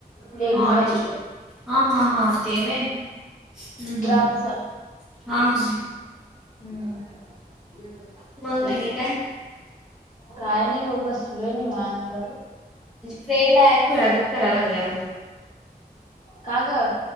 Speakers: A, on the left; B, in the centre.
A: लेडीज
B: हा
A: वाली
B: डिस्चार्ज हा हा हा तेवे हम्म हम्म
A: ग्राफच
B: हम्म. हा हा.
A: हम्म.
B: मग
A: ते
B: आणि काय?
A: काय नाही बघ बसलोय निवांत.
B: फ्रेंड आहे. खुळागात कराय लागल्या आव.
A: का ग.